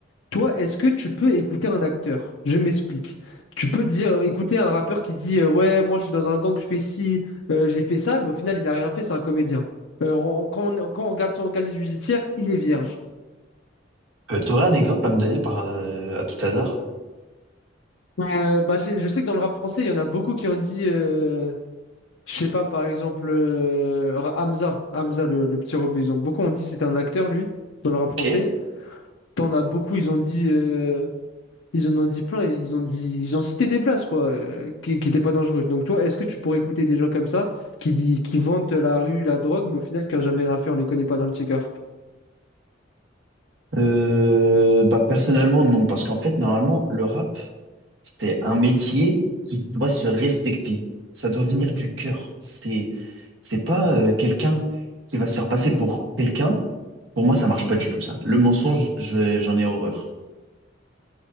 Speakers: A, on the left; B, on the right.
A: toi, est-ce que tu peux écouter un acteur? Je m'explique. Tu peux dire, écouter un rappeur qui dit, euh, ouais, moi je suis dans un gang, je fais ci, euh, j'ai fait ça, mais au final, il n'a rien fait, c'est un comédien. Euh, on- quand, on, quand on regarde son casier judiciaire, il est vierge.
B: Euh, t'aurais un exemple à me donner par, euh, à tout hasard?
A: Euh, bah, je, je sais que dans le rap français, il y en a beaucoup qui ont dit euh, Je sais pas, par exemple, euh, Ra- Hamza, Hamza, le, le petit rebeu, ils ont beaucoup, on dit c'est un acteur, lui, dans le rap
B: Ok.
A: français. T'en as beaucoup, ils ont dit euh, ils en ont dit plein, ils ont dit, ils ont cité des blagues quoi, euh, qui n'étaient pas dangereuses. Donc toi, est-ce que tu pourrais écouter des gens comme ça qui dit, qui vantent la rue, la drogue, mais au final qui n'ont jamais rien fait, on les connaît pas dans le checker.
B: Euh, bah, personnellement, non, parce qu'en fait, normalement, le rap, C'est un métier qui doit se respecter. Ça doit venir du cœur. C'est, c'est pas euh, quelqu'un qui va se faire passer pour quelqu'un. Pour moi, ça marche pas du tout, ça. Le mensonge, je- j'en ai horreur.